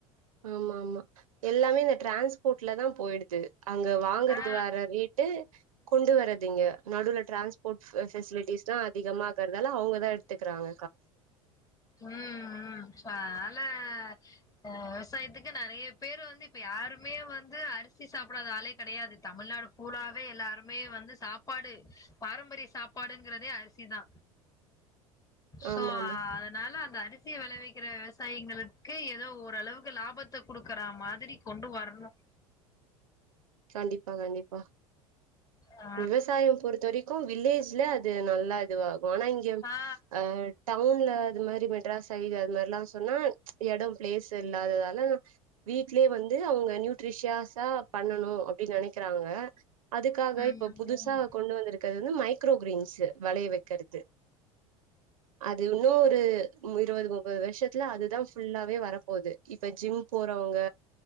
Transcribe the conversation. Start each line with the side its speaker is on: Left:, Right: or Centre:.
Right: ஆமா ஆமா எல்லாமே ந ட்ரான்ஸ்போட்லதா போயிடுது அங்க வாங்குறது
Left: ஆ
Right: வேற ரேட்டு கொண்டு வர துங்க நடுவுல ட்ரான்ஸ்போட் ஃபெசிலிட்டிஸ்தா அதிகமா தா இருந்தாலு அவுங்க தா எடுத்துக்குறாங்க
Left: ம் ம் ச ல ஆ விவசாயத்துக்கு நறைய பேரு வந்து இப்ப யாருமே வந்து அரிசி சாப்புடாத ஆளே கடையாது தமிழ்நாடு பூலாவே எல்லாருமே வந்து சாப்பாடு பாரம்பரிய சாப்பாடுங்குறதே அரிசிதா சோ
Right: ஆமா ஆமா
Left: அதுனால அந்த அ அரிசிய வெளவிக்கிற விவசாயிங்களுக்கு ஏதோ ஓரளவுக்கு லாபத்த குடுக்குறா மாதிரி கொண்டு வரணு
Right: கண்டிப்பா கண்டிப்பா
Left: ஆ
Right: விவசாயம் பொறுத்த வரைக்கோ வில்லேஜ்ல து நல்லா இதுவாகு ஆனா இங்க
Left: ஆ
Right: அ டவுன்ல அது மாரி மெட்ராஸ் சைடு அது மாரில்லா ன்னா எடொ ப்ளேஸு இல்லாததால வீட்லயே வந்து அவங்க நியூட்ரிஷியாசா பண் பண்ணனு அப்டி நெனக்கிறாங்க அதுக்காக
Left: ம்
Right: இப்போ
Left: ம்
Right: புதுசா கொண்டு வந்துருக்குறது வந்து மைக்ரோ கிரேன்ஸு வளைய வெக்கெற்து அது இன்னோ ஒரு ம் இருவது முப்பது வர்ஷத்துல அதுதா ஃபுல்லாவே வரப்போது இப்ப ஜிம் போறவங்க